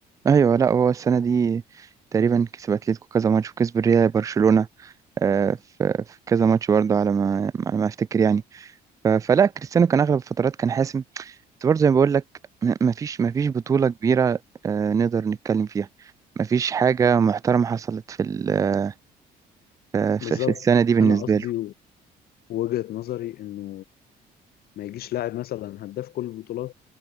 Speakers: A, on the right; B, on the left.
A: ايوه لا هو السنه دي تقريبا كسب اتلتيكو كذا ماتش وكسب الريال برشلونه آه، في في كذا ماتش برضه على ما على ما افتكر يعني ف- فلا كريستيانو كان اغلب الفترات كان حاسم بس برضه زي ما بقول لك ما فيش ما فيش بطوله كبيره آه، نقدر نتكلم فيها ما فيش حاجه محترمه حصلت في ال- آه، في
B: بالظبط
A: في السنه دي بالنسبه
B: انا قصدي
A: له
B: وجهه نظري انه ما يجيش لاعب مثلا هداف كل البطولات